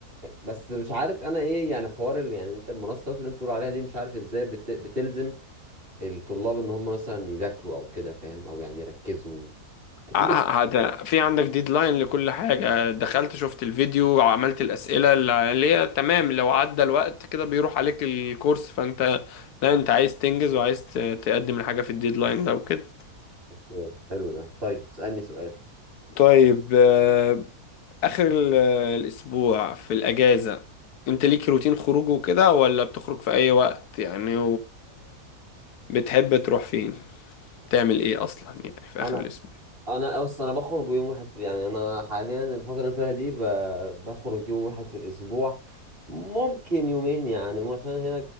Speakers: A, on the right; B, on the left.
A: بس مش عارف انا ايه يعني حوار اللي يعني انت المنصات اللي انت بتقول عليها دي مش عارف ازاي بت... بتلزم الطلاب ان هم مثلا يذاكروا او كده فاهم او يعني يركزوا اكيد
B: ه-
A: بت...
B: هذا في عندك ديدلاين لكل حاجة دخلت شفت الفيديو عملت الأسئلة اللي عليها تمام لو عدى الوقت كده بيروح عليك الكورس فأنت لا أنت عايز تنجز وعايز ت- تقدم الحاجة في الديدلاين ده وكده
A: اوكي حلو ده طيب اسألني سؤال
B: طيب آه، آخر ال- آه، الأسبوع في الأجازة أنت ليك روتين خروج وكده ولا بتخرج في أي وقت يعني وبتحب تروح فين تعمل إيه أصلا يعني في
A: انا
B: آخر الأسبوع
A: انا اصلا انا بخرج يوم واحد في... يعني انا حاليا الفتره اللي أنا فيها دي ب... بخرج يوم واحد في الاسبوع ممكن يومين يعني مو عشان هنا